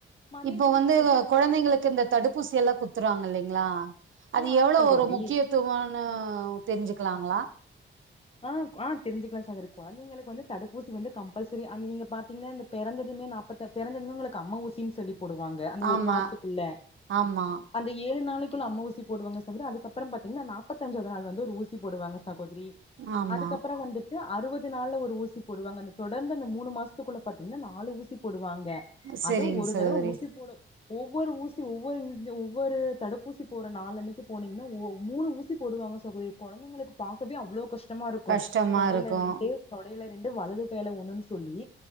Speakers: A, on the left (about 30°); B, on the right (about 70°).
A: மதியத்துக்கு
B: இப்ப வந்து
A: சகோதரி நா
B: கொழந்தைங்களுக்கு
A: சாப்பாடு
B: இந்த தடுப் ஊசி எல்லா குத்துவாங்க இல்லலைங்களா அது
A: ஆ ஆமா
B: எவ்வளவு
A: சகோதரி
B: ஒரு முக்கிய த்வனு தெரிஞ்சுக்கலாங்களா
A: ஆ ஆ தெரிஞ்சிக்கலா சகோதரி கொழந்தைங்களுக்கு வந்து தடுப்பூசி வந்து கம்பல்சரி அந்த நீங்க பாத்தீங்கன்னா இந்த பிறந்ததுமே நாற்பத்த பிறந்ததுமே உங்களுக்கு அம்ம ஊசின்னு சொல்லி போடுவாங்க அந்த
B: ஆமா
A: ஒரு வாரத்துக்குள்ள
B: ஆமா
A: அந்த ஏழு நாளைக்குள்ள அம்ம ஊசி போடுவாங்க சகோதரி அதுக்கப்புறம் பாத்தீங்கன்னா நாற்பத்தஞ்சாவ நாள் வந்து ஒரு ஊசி போடுவாங்க சகோதரி
B: ஆமா
A: அதுக்கப்பறோ வந்துட் டு அறுவது நாள்ல ஒரு ஊசி போடுவாங்க அந்த தொடர்ந்து அந்த மூணு மாசத்துக்குள்ள பாத்தீங்கன்னா நாலு ஊசி போடுவாங்க
B: சரிங்க
A: அதுவு ஒரு
B: சகோதரி
A: தடவ ஊசி போட ஒவ்வொரு ஊசி ஒவ்வொரு ஒவ்வொரு <unintelligible> ஒவ்வொரு தடுப்பூசி போற நாள் அன்னைக்கு போனீங்கன்னா ஓ மூணு ஊசி சி போடுவாங்க கொழந்தைங்களுக்கு பாக்கவே அவ்வளோ கஷ்டமா இருக்கு
B: கஷ்டமா
A: தொடையில
B: இருக்கு
A: இரண்டு தொடையில ரெண்டு வலது கையில ஒண்ணு சொல்லி